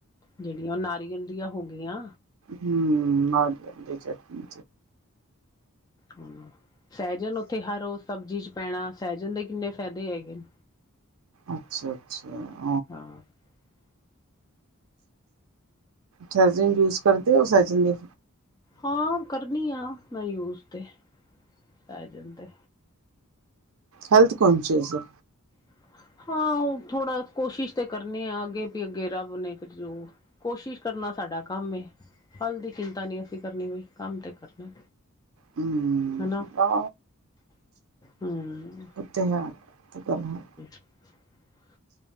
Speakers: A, on the left; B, on the right.
A: ਜਿਹੜੀਆਂ ਉਹ ਨਾਰੀਅਲ ਦੀਆਂ ਹੋ ਗਈਆਂ।
B: ਹੂੰ, ਨਾਰੀਅਲ ਦੀ ਚੱਟਣੀ।
A: ਹ ਸਹਿਜਣ ਉੱਥੇ ਹਰ ਰੋਜ ਸਬਜ਼ੀ ਚ ਪੈਣਾ, ਸਹਿਜਨ ਦੇ ਕਿੰਨੇ ਫਾਇਦੇ ਹੈਗੇ ਨੇ।
B: ਅੱਛਾ, ਅੱਛਾ।
A: <unintelligible>
B: ਸੈਜ਼ਨ ਯੂਸ ਕਰਦੇ ਹੋ? ਸੈਜ਼ ਦੇ
A: ਹਾਂ ਕਰਨੀ ਆ ਮੈਂ ਯੂਜ ਤੇ ਪੈ ਜਾਂਦੇ।
B: ਹੈਲਥ ਕੌਨਛਿਅਸ ਹੋ।
A: <inaudible> ਹਾਂ ਥੋੜਾ ਕੋਸ਼ਿਸ਼ ਤੇ ਕਰਨੀ ਆ ਅੱਗੇ ਵੀ ਅੱਗੇ ਰੱਬ ਨੇ ਫਿਰ ਜੋ ਕੋਸ਼ਿਸ਼ ਕਰਨਾ। ਸਾਡਾ ਕੰਮ ਹੈ ਫਲ ਦੀ ਚਿੰਤਾ ਨਹੀਂ ਅਸੀਂ ਕਰਨੀ ਹੋਈ ਕੰਮ ਤਾਂ ਕਰਨਾ
B: ਹਮ
A: ਹਨਾ
B: ਆ
A: ਹਮ।
B: ਓਹ ਤੇ ਗੱਲ ਹੈ
A: <inaudible>